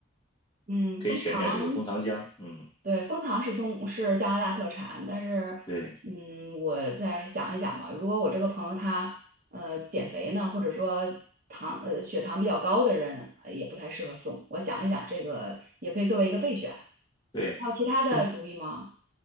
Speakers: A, on the right (about 40°); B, on the left (about 20°).
A: 嗯，
B: 可以选点这个蜂糖浆，
A: 蜂糖，
B: 嗯，
A: 对，蜂糖是中是加拿大特产，但是嗯，
B: 对
A: 我再想一想吧。如果我这个朋友他呃减肥呢，或者说糖呃血糖比较高的人，呃也不太适合送。我想一想，这个也可以作为一个备选。
B: 对，
A: 你还有其他的主意吗？
B: 这